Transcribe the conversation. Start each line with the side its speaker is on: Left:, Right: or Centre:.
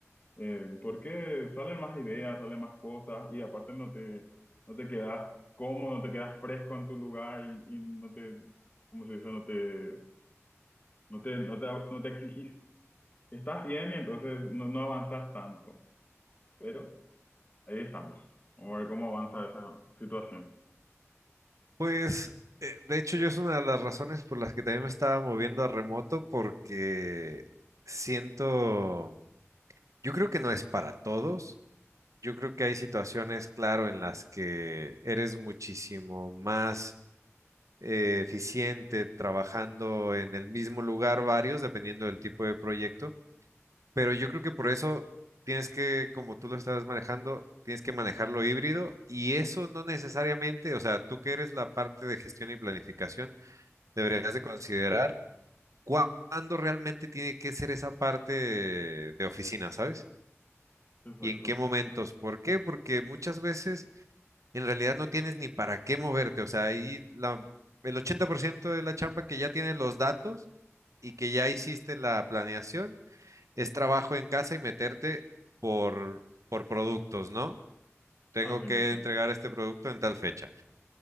Left: eh, porque salen más ideas, salen más cosas y aparte no te, no te quedas cómodo, no te quedas fresco en tu lugar y, y no te, ¿cómo se dice? No te, no te, no te, no te exigís. Estás bien y entonces no, no avanzas tanto. Pero ahí estamos. Vamos a ver cómo avanza esa situación.
Right: Pues, eh, de hecho, yo es una de las razones por las que también me estaba moviendo a remoto, porque siento, yo creo que no es para todos. Yo creo que hay situaciones, claro, en las que eres muchísimo más eh, eficiente trabajando en el mismo lugar varios, dependiendo del tipo de proyecto. Pero yo creo que por eso tienes que, como tú lo estabas manejando, tienes que manejarlo híbrido y eso no necesariamente, o sea, tú que eres la parte de gestión y planificación deberías de considerar cuándo realmente tiene que ser esa parte de, de oficina, ¿sabes?
Left: Exacto.
Right: Y en qué momentos. ¿Por qué? Porque muchas veces en realidad no tienes ni para qué moverte. O sea, ahí la, el 80% de la chamba que ya tienes los datos y que ya hiciste la planeación es trabajo en casa y meterte por, por productos, ¿no? Tengo
Left: Así
Right: que
Left: mismo.
Right: entregar este producto en tal fecha,